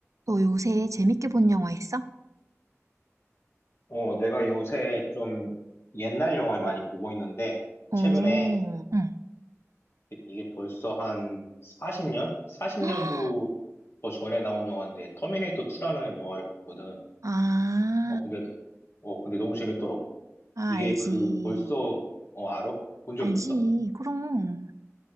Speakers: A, on the right (about 85°); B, on the left (about 55°).
A: 너 요새 재밌게 본 영화 있어?
B: 어, 내가 요새 좀 옛날 영화를 많이 보고 있는데,
A: 오,
B: 최근에
A: 응.
B: 이게 벌써 한 40년? 40년도
A: <gasps>
B: 더 전에 나온 영화인데, 터미네이터 2라는 영화를 봤거든.
A: 아,
B: 어, 근데, 어, 근데 너무 재밌더라고.
A: 아,
B: 이게
A: 알지.
B: 그 벌써, 어, 알아? 본 적
A: 알지.
B: 있어?
A: 그럼.